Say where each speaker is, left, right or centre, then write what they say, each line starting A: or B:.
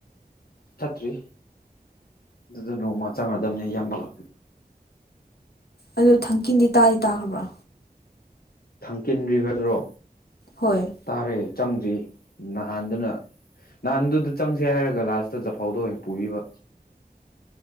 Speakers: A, on the left (about 70°); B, on the left (about 80°).
A: ꯐꯠꯇ꯭ꯔꯤ ꯑꯗꯨꯗ ꯅꯣꯡꯃ ꯆꯪꯒꯗꯕꯅꯦ ꯏꯌꯥꯝꯕꯒ
B: ꯑꯗꯨ ꯊꯥꯡꯀꯤꯟꯗꯤ ꯇꯥꯗꯤ ꯇꯥꯈ꯭ꯔꯕ꯭ꯔꯣ
A: ꯊꯥꯡꯀꯤꯟꯔꯤꯕꯗꯨ꯭ꯔꯣ
B: ꯍꯣꯏ
A: ꯇꯥꯔꯦ ꯆꯪꯗ꯭ꯔꯤ ꯅꯍꯥꯟꯗꯨꯅ ꯅꯍꯥꯟꯗꯨꯗ ꯆꯪꯁꯦ ꯍꯥꯏꯔꯒ ꯂꯥꯁꯇ ꯆꯐꯥꯎꯗ ꯑꯣꯏꯅ ꯄꯨꯕꯤꯕ